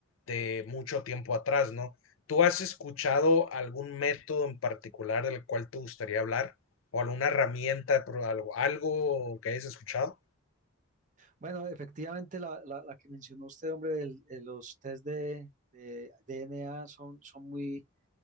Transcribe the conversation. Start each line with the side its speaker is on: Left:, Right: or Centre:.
Left: de mucho tiempo atrás, ¿no? ¿Tú has escuchado algún método en particular del cual te gustaría hablar? ¿O alguna herramienta, pro- algo, algo que hayas escuchado?
Right: Bueno, efectivamente, la, la- la que mencionó usted, hombre, del- de los test de, de DNA son, son muy,